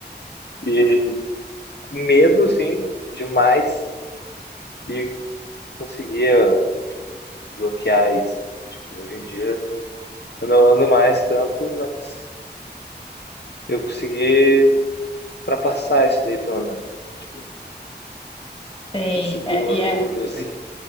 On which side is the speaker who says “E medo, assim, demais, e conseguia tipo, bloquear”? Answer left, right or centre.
Left